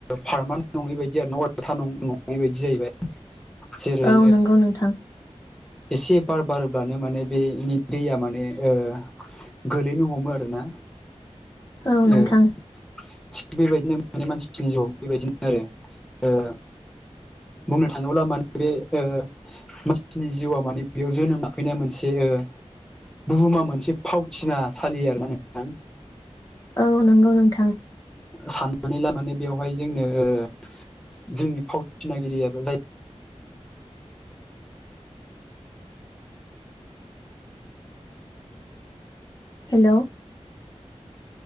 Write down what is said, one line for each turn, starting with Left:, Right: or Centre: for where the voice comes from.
Centre: फार्मान नङि बायदि आरो न अथा नङै बायदि जाहैबाय जेरै
Left: औ नंगौ नोंथां
Centre: एसे बार बारोब्लानो माने बेनि दैया माने ओ गोलैनो हमो आरोना
Left: औ नोंथां
Centre: ओ थिग बेबायदिनो मे मानसिनि जिउआव बेबायदिनो आरो ओ बुंनो थाङोब्ला मान बे ओ मानसिनि जिउआ माने बेयाव जोनोम लाफैनाय मोनसे ओ बुहुमा मोनसे फावथिनासाालि आरो माथां
Left: औ नंगौ नोंथां
Centre: साननानैला मानै बेवहाय जोंङनो जोंनि फावथिनागिरियाबो जाय
Left: हेल'